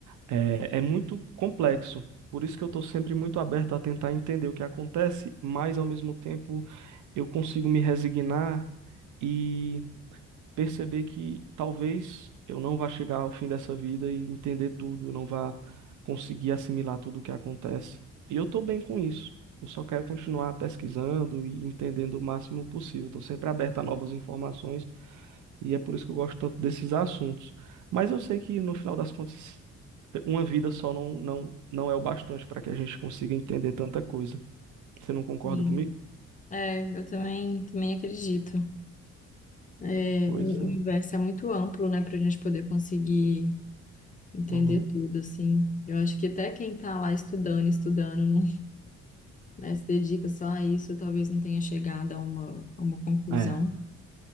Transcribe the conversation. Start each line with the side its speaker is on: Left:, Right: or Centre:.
Right: é, é muito complexo. Por isso que eu estou sempre muito aberto a tentar entender o que acontece, mas ao mesmo tempo eu consigo me resignar e perceber que talvez eu não vá chegar ao fim dessa vida e entender tudo, eu não vá conseguir assimilar tudo o que acontece. E eu estou bem com isso. Eu só quero continuar pesquisando e entendendo o máximo possível. Estou sempre aberto a novas informações e é por isso que eu gosto tanto desses assuntos. Mas eu sei que no final das contas, uma vida só não, não, não é o bastante para que a gente consiga entender tanta coisa. Você não concorda
Left: sim.
Right: comigo?
Left: É, eu também também acredito. É,
Right: Pois
Left: o
Right: é.
Left: universo é muito amplo, né, para a gente poder conseguir entender
Right: Uhum.
Left: tudo assim. Eu acho que até quem tá lá estudando, estudando, não, né, se dedica só a isso, talvez não tenha chegado a uma, a uma conclusão.
Right: É.